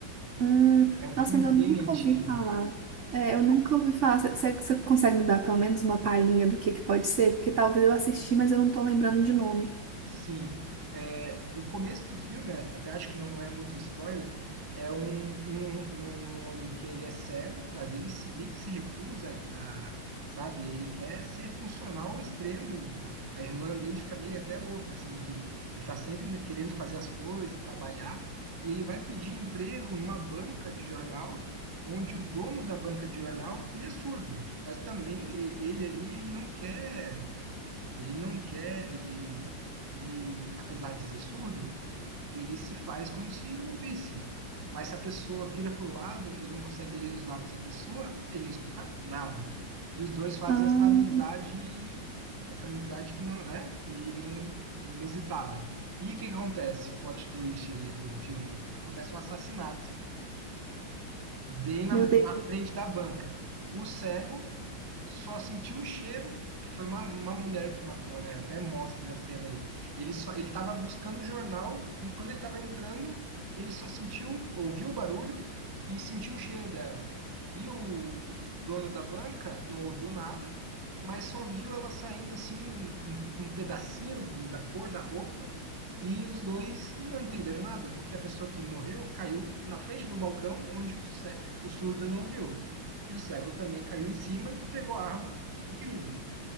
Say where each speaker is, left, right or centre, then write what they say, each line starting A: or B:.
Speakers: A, on the right; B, on the right.
A: Hum,
B: É um
A: nossa,
B: filme
A: mas
B: bem
A: eu nunca
B: antigo.
A: ouvi falar. É, eu nunca ouvi falar. Você você consegue me dar pelo menos uma palhinha do que que pode ser? Porque talvez eu assisti, mas eu não tô lembrando de nome.
B: Sim, é, o começo do filme, é, até acho que não é muito spoiler, é um, um, um homem que ele é cego, mas ele se, meio que se recusa a, sabe, ele quer ser funcional ao extremo. A irmã dele fica meio até louca, assim, que ele tá sempre querendo fazer as coisas, trabalhar, e ele vai pedir emprego numa banca de jornal, onde o dono da banca de jornal, ele é surdo, mas também e- ele ali, ele não quer ele não quer, ele, ele, apesar de ser surdo, ele se faz como se ouvisse. Mas se a pessoa vira para o lado, ele não consegue ler os lábios da pessoa, ele não escuta nada. E os dois fazem
A: Ah,
B: essa amizade, essa amizade que não, né, que não inusitada. E o que acontece? O Plot twist ali do filme. Acontece um assassinato bem na,
A: meu Deus.
B: na frente da banca. O cego só sentiu o cheiro, que foi uma, uma mulher que matou, né? Até mostra a cena ali. Ele só ele estava buscando o jornal e quando ele estava entrando, ele só sentiu, ouviu o barulho e sentiu o cheiro dela. E o dono da banca não ouviu nada, mas só viu ela saindo assim um, um pedacinho do- da cor da roupa. E os dois não entenderam nada, porque a pessoa que morreu caiu na frente do balcão onde o, ce- o surdo não viu. E o cego também caiu em cima e pegou a arma do crime.